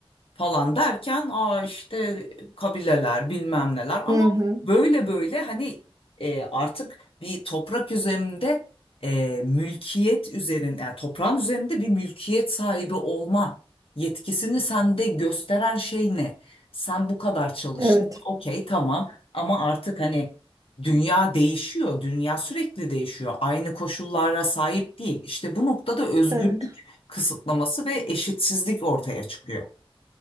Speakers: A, on the left (about 65°); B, on the right (about 35°).
A: falan derken aa işte kabileler bilmem neler ama
B: Hı hı.
A: böyle böyle hani e, artık bir toprak üzerinde e, mülkiyet üzerinde yani toprağın üzerinde bir mülkiyet sahibi olma yetkisini sende gösteren şey ne? Sen bu kadar çalıştın.
B: Evet.
A: Okey tamam ama artık hani dünya değişiyor. Dünya sürekli değişiyor. Aynı koşullara sahip değil. İşte bu noktada özgürlük
B: Evet.
A: kısıtlaması ve eşitsizlik ortaya çıkıyor.